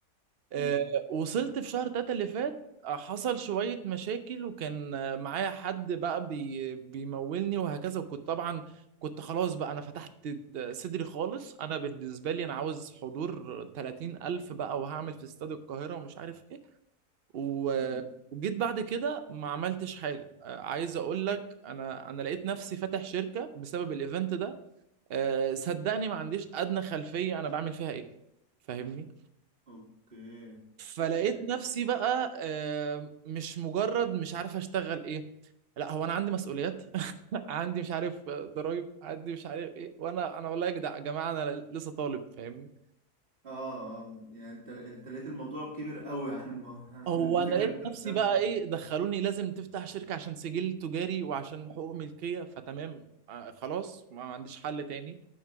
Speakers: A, on the right (about 70°); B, on the right (about 35°).
A: آه،
B: امم
A: وصلت في شهر تلاتة اللي فات آه، حصل شوية مشاكل وكان آه، معايا حد بقى بي بيمولني وهكذا وكنت طبعا كنت خلاص بقى أنا فتحت د- صدري خالص أنا بالنسبة لي أنا عاوز حضور تلاتين ألف بقى وهعمل في استاد القاهرة ومش عارف إيه و-
B: امم
A: وجيت بعد كده ما عملتش حاجة آه، عايز أقول لك أنا أنا لقيت نفسي فاتح شركة بسبب الإيفنت ده آه، صدقني ما عنديش أدنى خلفية أنا بعمل فيها إيه فاهمني
B: اوكي
A: فلقيت
B: يعني
A: نفسي بقى آه، مش مجرد مش عارف اشتغل ايه لا هو انا عندي مسؤوليات <laughs> عندي مش عارف آه، ضرايب عندي مش عارف ايه وانا انا والله يا جدع- يا جماعه انا لسه طالب فاهمني
B: اه اه يعني انت انت لقيت الموضوع كبير قوي عن الموضوع <laughs> عن
A: فهو
B: الفكره
A: انا لقيت
B: اللي انت
A: نفسي
B: بتقولها
A: بقى
B: دي
A: ايه دخلوني لازم تفتح شركه عشان سجل تجاري وعشان حقوق ملكيه فتمام آه، خلاص ما ما عنديش حل تاني